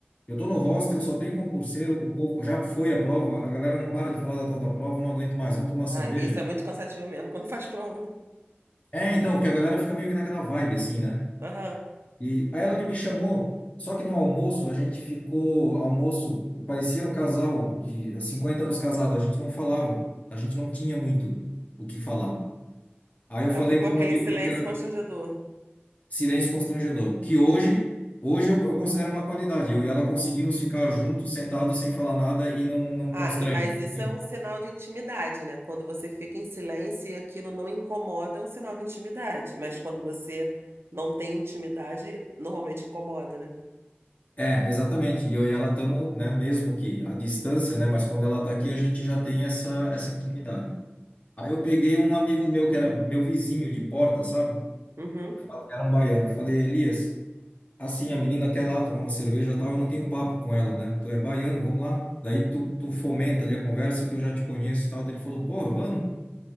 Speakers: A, on the left (about 35°); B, on the right (about 70°).
A: eu tô no hostel, só tem concurseiro, o povo já foi a prova, a galera não para de falar da tal da prova, eu não aguento mais, vamos tomar uma cerveja.
B: Ah, isso é muito cansativo mesmo, <laughs> quando faz prova, né?
A: É, então, porque a galera fica meio que naquela vibe assim, né?
B: Aham.
A: E aí ela me chamou, só que no almoço a gente ficou, almoço, parecia um casal de 50 anos casado, a gente não falava, a gente não tinha muito o que falar. Aí eu
B: Tá,
A: falei
B: ficou
A: para
B: aquele
A: um amigo
B: silêncio
A: meu que era
B: constrangedor.
A: silêncio constrangedor, que hoje, hoje eu, eu considero uma qualidade. Eu e ela conseguimos ficar juntos, sentados, sem falar nada e não, não
B: Ah,
A: constrange.
B: e mas isso
A: entende?
B: é um sinal de intimidade, né? Quando você fica em silêncio e aquilo não incomoda, é um sinal de intimidade. Mas quando você não tem intimidade, normalmente incomoda, né?
A: É, exatamente. E eu e ela estamos, né, mesmo que à distância, né, mas quando ela está aqui, a gente já tem essa, essa intimidade. Aí eu peguei um amigo meu que era meu vizinho de porta, sabe?
B: Uhum,
A: Era um baiano. Falei, Elias. Assim, a menina quer lá tomar uma cerveja e tal, eu não tenho papo com ela, né? Tu é baiano, vamos lá. Daí tu, tu fomenta ali a conversa que eu já te conheço e tal. Daí ele falou, porra, vamos.